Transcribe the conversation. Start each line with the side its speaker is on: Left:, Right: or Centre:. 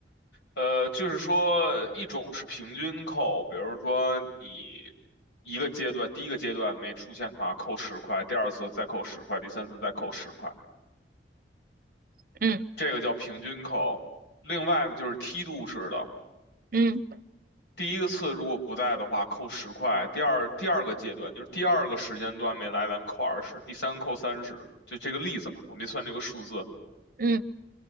Left: 呃，就是说一种是平均扣，比如说你一个阶段，第一个阶段没出现的话扣十块，第二次再扣十块，第三次再扣十块，
Right: 嗯
Left: 这个叫平均扣。另外呢，就是梯度式的，
Right: 嗯
Left: 第一个次如果不在的话扣十块，第二第二个阶段就是第二个时间段没来，咱们扣二十，第三个扣三十，就这个例子嘛，我没算这个数字。
Right: 嗯，